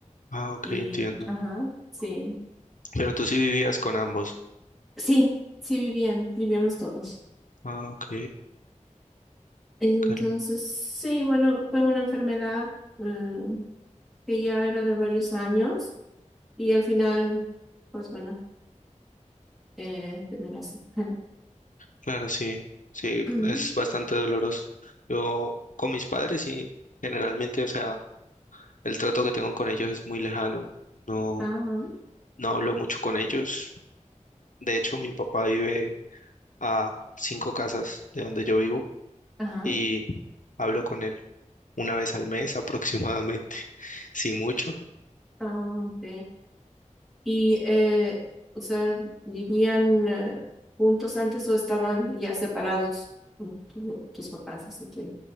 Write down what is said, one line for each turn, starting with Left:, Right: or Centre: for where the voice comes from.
Left: Ah, ok,
Centre: Y,
Left: entiendo.
Centre: ajá, sí.
Left: Pero tú sí vivías con ambos.
Centre: Sí, sí vivían, vivíamos todos.
Left: Ah, ok.
Centre: Entonces,
Left: cal-
Centre: sí, bueno, fue una enfermedad. eh, que ya era de varios años y al final, pues bueno, eh, terminó así. <clears throat>
Left: Claro, sí. Sí,
Centre: <laughs>
Left: es bastante doloroso. Yo con mis padres, sí, generalmente, o sea, el trato que tengo con ellos es muy lejano. no.
Centre: Ah,
Left: no hablo mucho con ellos. De hecho, mi papá vive a cinco casas de donde yo vivo
Centre: ajá,
Left: y hablo con él una vez al mes aproximadamente, <laughs> si mucho.
Centre: ah, ok. Y, eh, o sea, ¿vivían eh, juntos antes o estaban ya separados tu- tu- tus papás? así que,